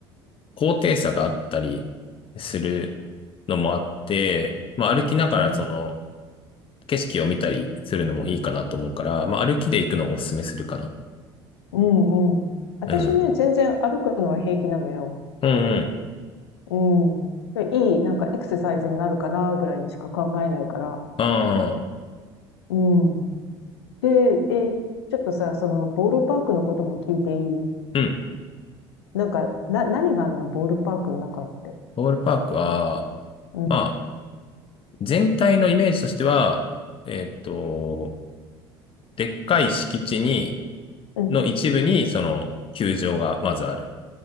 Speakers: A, on the left (about 40°); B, on the left (about 80°).
A: 高低差があったりするのもあって、まあ、歩きながらその、
B: うん。
A: 景色を見たりするのもいいかなと思うから、まあ、歩きで行くのをおすすめするかな。
B: うん、うん。私ね、
A: うん。
B: 全然歩くのは平気なのよ。
A: うんうん。
B: うん。でいい、なんかエクササイズになるかな、ぐらいにしか考えないから。
A: ああ、
B: うん。で、え、ちょっとさ、その、ボールパークのことも聞いていい
A: うん。
B: なんか、な、何があんのボールパークの中って。
A: ボールパークは、
B: うん。
A: まあ、全体のイメージとしては、えーっと、でっかい敷地に、
B: うん。
A: の一部に、その、球場がまずある。